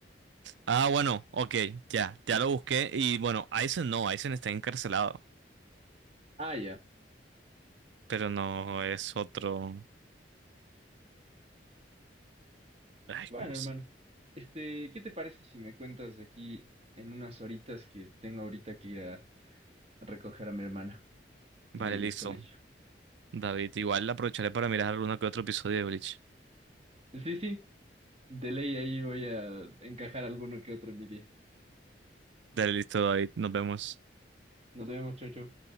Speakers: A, on the right (about 80°); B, on the right (about 35°).
A: Ah, bueno, ok, ya, ya lo busqué. Y bueno, Aizen no, Aizen está encarcelado.
B: Ah, ya.
A: Pero no es otro. Ay,
B: Bueno,
A: ¿cómo se?
B: hermano, este, ¿qué te parece si me cuentas de aquí en unas horitas que tengo ahorita que ir a, a recoger a mi hermana
A: Vale,
B: del
A: listo.
B: colegio?
A: David, igual aprovecharé para mirar alguno que otro episodio de Bleach.
B: Sí, sí, de ley ahí voy a encajar alguno que otro en mi día.
A: Dale, listo, David, nos vemos.
B: Nos vemos, chocho.